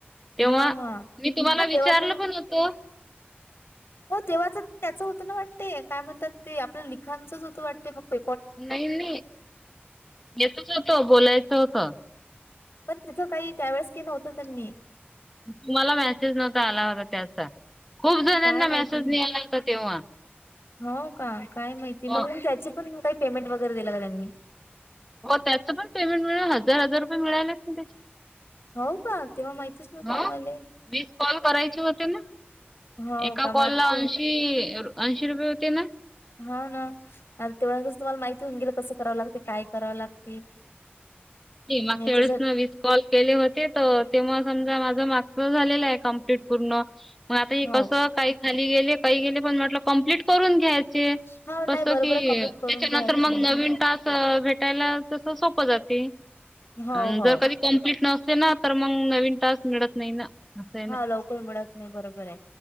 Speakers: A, in the centre; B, on the left.
A: तेव्हा
B: हा हा.
A: मी तुम्हाला
B: हा तेव्हा
A: विचारलं
B: तर
A: पण होत.
B: हो तेव्हाच त्याच होत ना वाटते काय म्हणतात ते आपलं लिखाचच होत वाटते पप्प.
A: नाही नाही घेतच होत बोलायचं होत.
B: पण तिथं काही त्यावेेळेस क नव्हतं त्यां मी.
A: तुम्हाला मेसेज नव्हता आला होता त्याचा खूप जणांना
B: काय माहिती
A: मेसेज निळाला होता तेव्हा.
B: हो का काय माहिती
A: हो
B: मग मग त्याची पण काही पेमेंट वगैरे दिलं का त्यांनी.
A: हो त्याच पण पेमेंट मिळेल हजार हजार रुपये मिळालेच ना त्याची.
B: हो का तेव्हा माहितीच नव्हतं
A: <inaudible> ह
B: आम्हाले
A: मीस कॉल करायचे होते ना.
B: हो
A: एका
B: का
A: कॉल
B: मग आता
A: ला
B: तू
A: ऐंशी ऐंशी रुपये होते ना.
B: हा ना तेव्हा तुम्हाला माहिती होऊन गेल कसं करावं लागते काय करावं लागते.
A: माग
B: याच्यासाठी
A: एढच विस कॉल केले होते त तेव्हा समजा मा. झा क् पूण आ कस
B: हो
A: का. खा गेले काही गेले पण म्हटलं कम्प्लीट करून घ्यायच.
B: हो
A: की
B: नाही बरोबर कम्प्लीट करून
A: त्याच्यानंतर
B: घ्यायचं
A: मग नवीन टास्क भेटायला तस सोपं जात. जर
B: हो हो
A: कधी कंप्लीट नसते ना तर मग नवीन टास्क मिळत नाही ना. असं आहे ना.
B: हा लवकर मिळत नाही बरोबर आहे